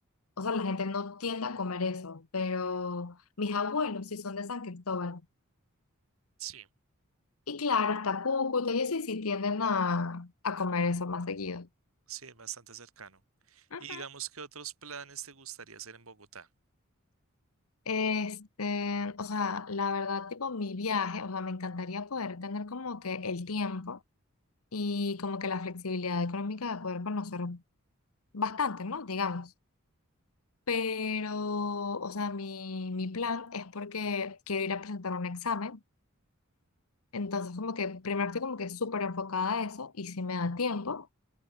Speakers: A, on the left; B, on the right.
A: o sea, la gente no tiende a comer eso, pero mis abuelos sí son de San Cristóbal.
B: Sí,
A: Y claro, está Cúcuta y eso, y sí tienden a, a comer eso más seguido.
B: sí, es bastante cercano.
A: Ujú.
B: Y digamos, ¿qué otros planes te gustaría hacer en Bogotá?
A: Este, o sea, la verdad, tipo, mi viaje, o sea, me encantaría poder tener como que el tiempo y como que la flexibilidad económica de poder conocer bastante, ¿no? Digamos. Pero, o sea, mi, mi plan es porque quiero ir a presentar un examen. Entonces, como que primero estoy como que súper enfocada a eso y si me da tiempo,